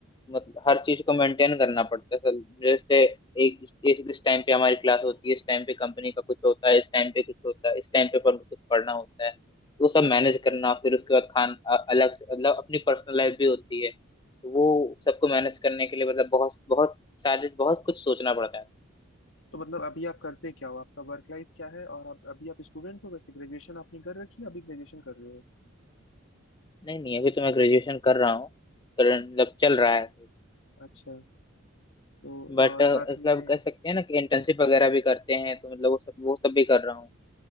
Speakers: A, on the left; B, on the left.
A: मतलब हर चीज को मेंटेन करना पड़ता है सर जैसे एक एक इस टाइम पे हमारी क्लास होती है इस टाइम पे कंपनी का कुछ होता है इस टाइम पे कुछ होता है इस टाइम पे पर कुछ पढ़ना होता है वो सब मैनेज करना फिर उसके बाद खान अ- अलग से- मतलब अपनी पर्सनल लाइफ भी होती है तो वो सबको मैनेज करने के लिए मतलब बहुत बहुत सारे बहुत कुछ सोचना पड़ता है
B: तो मतलब अभी आप करते क्या हो आपका वर्क लाइफ क्या है और आप अभी आप स्टूडेंट हो वैसे ग्रेजुएशन आपने कर रखी है अभी ग्रेजुएशन कर रहे हो
A: नहीं नहीं अभी तो मैं ग्रेजुएशन कर रहा हूँ करंट- मतलब चल रहा है
B: अच्छा तो
A: बट
B: और साथ
A: मतलब
B: में
A: कह सकते हैं ना कि इंटर्नशिप वगैरह भी करते हैं तो मतलब वो सब वो सब भी कर रहा हूँ